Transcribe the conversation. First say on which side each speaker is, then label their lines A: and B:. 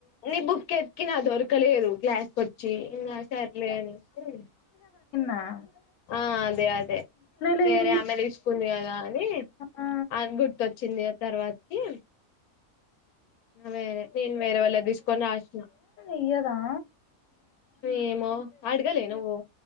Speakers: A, on the left (about 85°); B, on the left (about 65°).
A: నీ బుక్ ఎత్ కినా దొరకలేదు క్లాస్ కొట్ చేద్ గా వస్తే <unintelligible>
B: ఆ
A: ఆ అదే అదే
B: లేదు
A: వేరే
B: ఈరోజు
A: ఆమె తీసుకుంది కదా అని
B: ఆ
A: అది గుర్తొచ్చింది ఆతర్వాత్ కి వేరే నేను వేరే వాళ్ళదీస్కొని రాసిన
B: ఇయ్యరా
A: ఏమో అడగలే నువ్వు